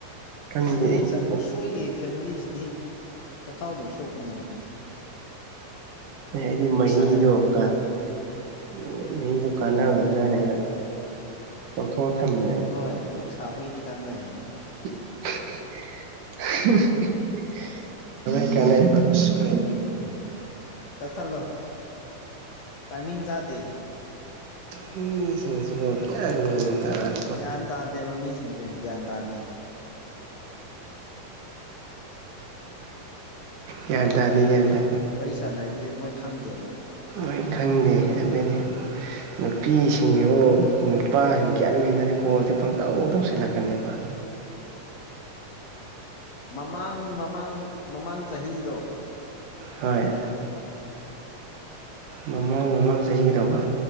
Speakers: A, on the right; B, on the left.
A: ꯈꯪꯗꯦ
B: ꯎꯁꯣꯏ
A: ꯑꯦ
B: ꯆ ꯁꯣꯏꯒꯤ ꯐꯦꯃꯤꯂꯤꯁꯤꯗꯤ ꯆꯈꯥꯎ ꯑꯗꯨꯝ ꯁꯣꯛꯄꯅꯤꯅꯦ
A: ꯍꯥꯏꯗꯤ
B: ꯄꯨꯛ
A: ꯃꯍꯤꯗꯣ
B: ꯁꯥꯒꯟꯕꯅꯦ
A: ꯀ ꯑꯣ ꯃꯤꯗꯣ ꯀꯥꯟꯅꯒꯗ꯭ꯔꯅ ꯑꯩꯅ ꯂꯧꯊꯣꯛꯑ ꯊꯝꯃꯅꯦꯕ
B: ꯍꯣꯏ ꯄꯨꯛ ꯁꯥꯕꯒꯤꯗꯤ ꯀꯥꯟꯅꯩ
A: <inaudible> ꯁꯥꯏ ꯀꯩꯅꯥꯏ ꯃꯥꯁ ꯀꯥꯏ
B: ꯎꯝ ꯀꯛꯊꯠꯂꯣ ꯇꯥꯏꯃꯤꯡ ꯆꯥꯗꯦ
A: ꯃꯤꯁꯤꯡꯁꯤꯡꯁꯤ ꯭ꯌꯥꯟꯗ
B: ꯒ꯭ꯌꯥꯟ ꯇꯥꯗꯦꯕ ꯃꯤ ꯁꯤꯡꯁꯦ ꯒ꯭ꯌꯥꯟ ꯇꯥꯗꯦ
A: ꯒ꯭ꯌꯥꯟ ꯇꯥꯗꯦ ꯒ꯭ꯌꯥꯟ ꯇꯥꯗꯦ
B: ꯁꯥꯟꯅꯩꯖꯦ ꯃꯣꯏ ꯈꯪꯗꯦꯕꯥ
A: ꯃꯣꯏ ꯈꯪꯗꯦ ꯑꯗꯨꯅꯦ ꯅꯨꯄꯤꯁꯤꯡꯒꯤ ꯃꯨꯛ ꯅꯨꯄꯥꯁꯤꯡ ꯒ꯭ꯌꯥꯟ ꯃꯦꯟ ꯇꯥꯗꯦ ꯀꯣꯜꯁꯦ ꯄꯨꯡꯇꯧ ꯇꯧꯁꯜꯂꯛꯀꯥꯅꯤꯕ
B: ꯃꯃꯥꯡ ꯃꯃꯥꯡ ꯃꯃꯥꯡ ꯆꯥꯍꯤꯗꯣ
A: ꯍꯣꯏ ꯃꯃꯥꯡ ꯃꯃꯥꯡ ꯆꯥꯍꯤ ꯀꯩꯗꯧꯕ